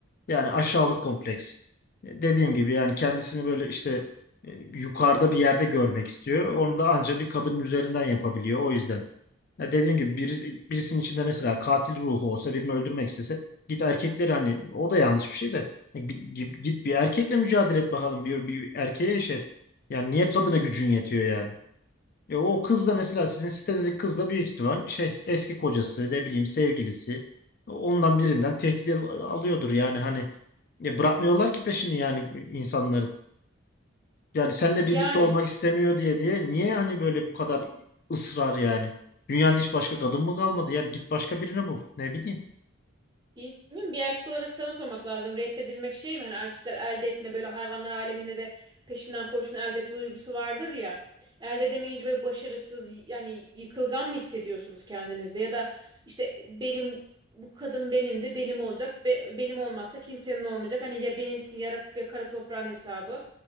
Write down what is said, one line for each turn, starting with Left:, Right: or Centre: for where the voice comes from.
Left: Yani aşağılık kompleksi. Dediğim gibi yani kendisini böyle işte e, yukarıda bir yerde görmek istiyor. Onu da ancak bir kadının üzerinden yapabiliyor. O yüzden. Ya dediğim gibi bir, birisinin içinde mesela katil ruhu olsa birini öldürmek istese git erkekleri hani o da yanlış bir şey de Ya bi- git, git bir erkekle mücadele et bakalım. Bir, bir erkeğe şey yani niye kadına gücün yetiyor yani? Ya o kız da mesela sizin sitedeki kız da büyük ihtimal şey eski kocası ne bileyim sevgilisi ondan birinden tehdit al- alıyordur yani hani ya bırakmıyorlar ki peşini yani insanların. Yani seninle birlikte
Right: Yani.
Left: olmak istemiyor diye diye niye hani böyle bu kadar ısrar yani? Dünyada hiç başka kadın mı kalmadı? Yani git başka birini bul. Ne bileyim.
Right: Bilmiyorum bir erkek olarak sana sormak lazım. Reddedilmek şey mi? Hani erkekler elde etme böyle hayvanlar aleminde de peşinden koşun elde etme duygusu vardır ya. Elde edemeyince böyle başarısız yani yıkılgan mı hissediyorsunuz kendinizde? Ya da işte benim bu kadın benim de benim olacak. Be- benim olmazsa kimsenin olmayacak. Hani ya benimsin ya, ra- ya kara toprağın hesabı.